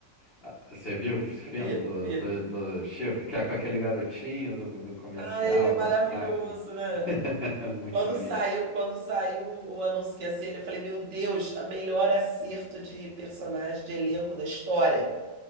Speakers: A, on the left; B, on the right.
A: Ah, Você viu o filme
B: Vi,
A: do,
B: vi.
A: do, do Chico, que é com aquele garotinho do, do comercial,
B: Ah, ele é maravilhoso,
A: com sotaque, né?
B: né?
A: <laughs> É muito
B: Quando
A: bonitinho.
B: saiu, quando saiu o anúncio que ia ser ele, eu falei, meu Deus, a melhor acerto de personagem, de elenco da história.